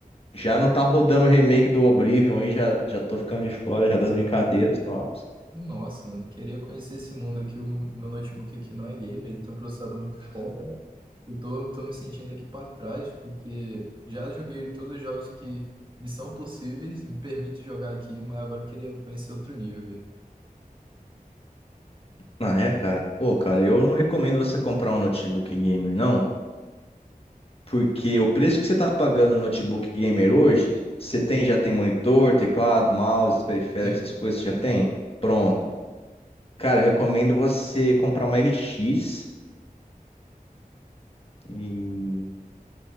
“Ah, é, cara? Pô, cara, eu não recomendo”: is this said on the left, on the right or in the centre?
Left